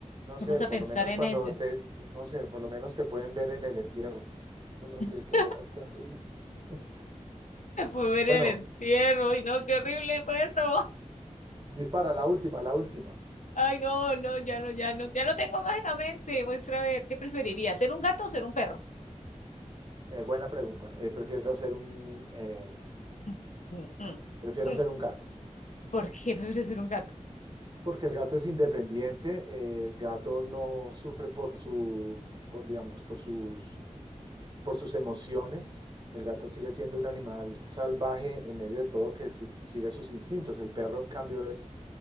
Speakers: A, on the right; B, on the left.
A: no sé,
B: me puse
A: por
B: a pensar
A: lo menos
B: en
A: cuando
B: eso.
A: te, no sé, por lo menos te pueden ver en el entierro. Es No
B: <laughs>
A: sé, quemado es terrible. <laughs>
B: Me pude ver
A: Bueno,
B: el entierro y no, qué horrible fue eso.
A: dispara, la última, la última.
B: Ay, no, no, ya no, ya no, ya no tengo más en la mente. Muestra a ver, ¿qué preferiría? ¿Ser un gato o ser un perro?
A: Eh, buena pregunta. Eh, prefiero ser un, eh,
B: Mm, mm, mm,
A: prefiero
B: mm.
A: ser un gato,
B: ¿Por qué <laughs> prefiero ser un gato?
A: porque el gato es independiente, eh, el gato no sufre por su, por, digamos, por sus por sus emociones. El gato sigue siendo un animal salvaje en medio de todo que si- sigue sus instintos. El perro, en cambio, es